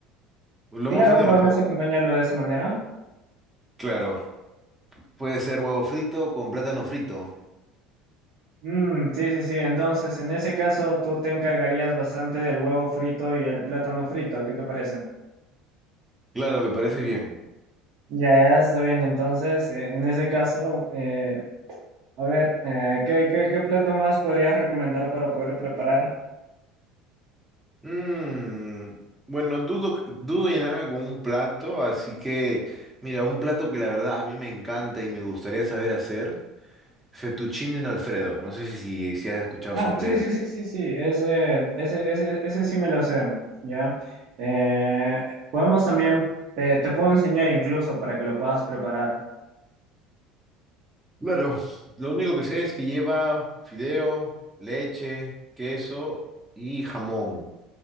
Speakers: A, on the right; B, on the right.
A: Un lomo
B: claro,
A: fino
B: podemos
A: a lo pobre.
B: acompañarlo de esa manera.
A: Claro. Puede ser huevo frito con plátano frito.
B: Mm, sí, sí, sí. Entonces, en ese caso, tú te encargarías bastante del huevo frito y el plátano frito. ¿Qué te parece?
A: Claro, me parece bien.
B: Ya, ya, está bien. Entonces, eh, en ese caso, eh, a ver, eh, ¿qué, qué, qué plato más podrías recomendar para poder preparar?
A: Mm, bueno, dudo, dudo llenarme con un plato, así que, mira, un plato que la verdad a mí me encanta y me gustaría saber hacer, fettuccine Alfredo. No sé si, si has escuchado
B: Ah,
A: sobre
B: sí, sí,
A: eso
B: sí, sí, sí, ese, ese, ese, ese sí me lo sé, ¿ya? Eh, podemos también, eh, te puedo enseñar incluso para que lo puedas preparar.
A: Claro, lo único que sé es que lleva fideo, leche, queso y jamón.